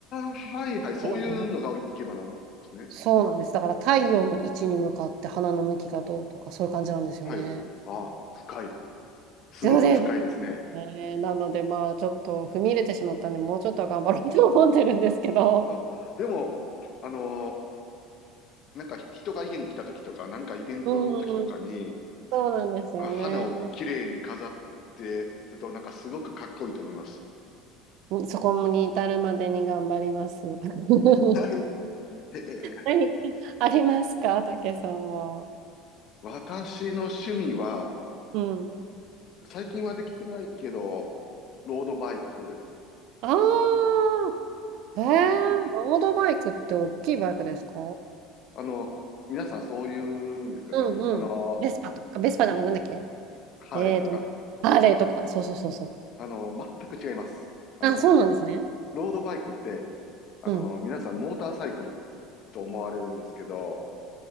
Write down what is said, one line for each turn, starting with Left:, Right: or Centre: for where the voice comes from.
Left: あ、はいはい。そういうのがいけばな、
Right: そうなんです。
Left: なんですね。
Right: そうなんです。だから太陽の位置に向かって花の向きがどうとか、そういう感じなんですよね。
Left: はい。ああ、深い。すごく深いですね。
Right: そうですね。なので、まあ、ちょっと踏み入れてしまったんで、もうちょっとは頑張ろうと思ってるんですけど。
Left: あ、でも、あのーなんかひ人が家に来た時とか、なんかイベントの時とかに、
Right: うん、そうなんですよね。
Left: あ、花を綺麗に飾ってると、なんかすごくかっこいいと思います。
Right: うん、そこに至るまでに頑張ります。<laughs>
Left: はい。ええ
Right: 何かありますか、たけさんは。
Left: 私の趣味は、
Right: うん。
Left: 最近はできてないけど、ロードバイク。
Right: ああ、ええ
Left: はい。
Right: ロードバイクって大きいバイクですか
Left: あの、皆さんそう言うんですよね。
Right: うんうん。
Left: あの、
Right: ベスパとか、ベスパじゃない、なんだっけ
Left: ハーレーとか。
Right: えーと、ハーレーとか、そうそうそうそう。
Left: あの、全く違います。あの、
Right: あ、そうなんですね。
Left: ロードバイクって、あの、
Right: うん、
Left: 皆さんモーターサイクルと思われるんですけど、